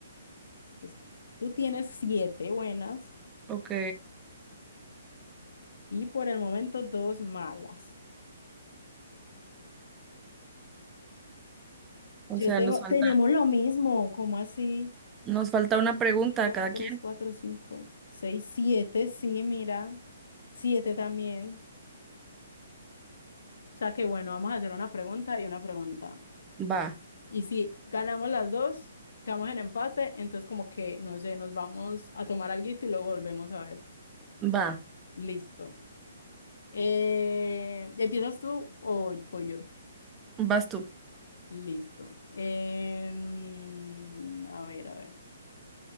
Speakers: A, on the left; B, on the right.
A: Pues, tú tienes siete buenas.
B: Ok,
A: Y por el momento, dos malas.
B: o
A: Yo
B: sea,
A: tengo,
B: nos falta,
A: tenemos lo mismo, ¿cómo así?
B: nos falta una pregunta
A: Un, dos,
B: a cada
A: tres,
B: quien.
A: cuatro, cinco, seis, siete, sí, mira. Siete también. O sea que bueno, vamos a hacer una pregunta y una pregunta.
B: Va,
A: Y si ganamos las dos, quedamos en empate, entonces como que, no sé, nos vamos a tomar alguito y luego volvemos a ver.
B: va,
A: Listo. Eh, ¿empiezas tú o voy yo?
B: vas tú.
A: Listo. Em, a ver, a ver.